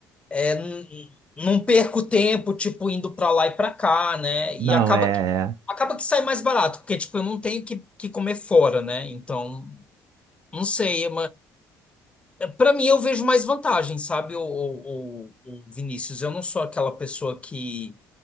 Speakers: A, on the left; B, on the right.
A: é, n- não perco tempo, tipo, indo para lá e para cá, né?
B: Não,
A: E acaba
B: é,
A: que,
B: é.
A: acaba que sai mais barato, porque, tipo, eu não tenho que, que comer fora, né? Então, não sei, para mim, eu vejo mais vantagem, sabe, o, o, o- o Vinícius. Eu não sou aquela pessoa que,